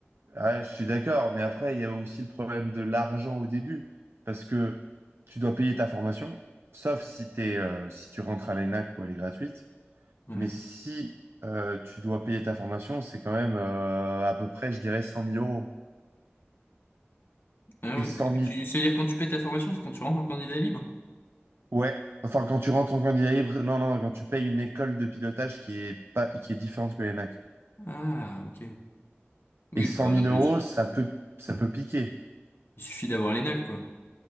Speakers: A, on the right; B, on the left.
A: Ah, je suis d'accord, mais après, il y a aussi le problème de l'argent au début, parce que tu dois payer ta formation, sauf si t'es, euh, si tu rentres à l'ENAC où elle est gratuite.
B: Ouais.
A: Mais si euh, tu dois payer ta formation, c'est quand même euh, à peu près, je dirais, 100 000 euros.
B: Ah
A: Et
B: ouais,
A: 100
B: mais tu,
A: 000,
B: tu- c'est-à-dire quand tu paies ta formation, c'est quand tu rentres en candidat libre?
A: ouais. Enfin, quand tu rentres en candidat libre, non, non, quand tu payes une école de pilotage qui est pas, qui est différente que l'ENAC.
B: Ah, ok. Oui,
A: Et 100
B: bah,
A: 000 euros,
B: il su-
A: ça peut, ça peut piquer.
B: il suffit d'avoir l'ENAC, quoi.